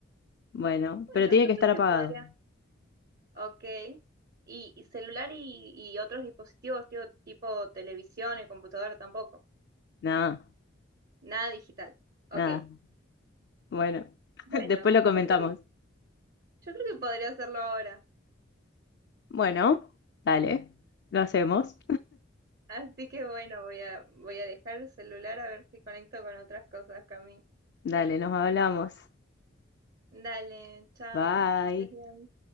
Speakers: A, on the left (about 55°); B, on the right (about 50°).
A: Bueno, pero
B: Bueno,
A: tiene
B: yo
A: que
B: creo
A: estar
B: que
A: apagado.
B: podría Ok. Y, y celular y, y otros dispositivos, tío, tipo televisión y computadora tampoco.
A: Nada,
B: Nada digital. Ok.
A: nada. Bueno,
B: Bueno,
A: <laughs> después lo comentamos.
B: yo creo que, yo creo que podría hacerlo ahora.
A: Bueno, dale, lo hacemos.
B: Así que bueno, voy a, voy a dejar el celular a ver si conecto con otras cosas, Cami.
A: Dale, nos hablamos.
B: Dale, chao.
A: Bye.
B: Estés bien.